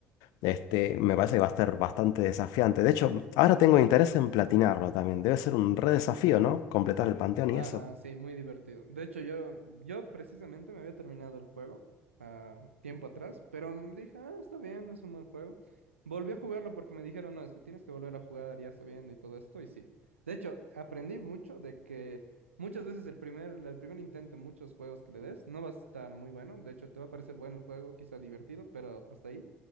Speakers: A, on the left; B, on the right.
A: este, me parece que va a ser bastante desafiante. De hecho, ahora tengo interés en platinarlo también. Debe ser un re desafío, ¿no? Completar el panteón y
B: Ah,
A: eso.
B: sí, muy divertido. De hecho, yo, yo precisamente me había terminado el juego ah, tiempo atrás, pero mm, dije, ah, está bien, es un buen juego. Volví a jugarlo porque me dijeron, no, es que tienes que volver a jugar ya sabiendo y todo esto, y sí. De hecho, aprendí mucho de que muchas veces el primer, el primer intento en muchos juegos que le des no va a estar muy bueno. De hecho, te va a parecer bueno el juego, quizá divertido, pero hasta ahí.